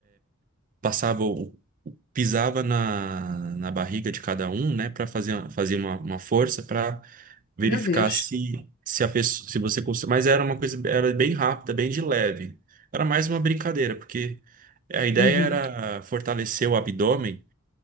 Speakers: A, on the right; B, on the left.
A: passava o- pisava na, na barriga de cada um, né, para fazer, fazer uma, uma força para verificar
B: Meu Deus.
A: se se a pessoa, se você conseguia, mas era uma coisa era bem rápida, bem de leve. Era mais uma brincadeira, porque a ideia
B: Uhum.
A: era fortalecer o abdômen,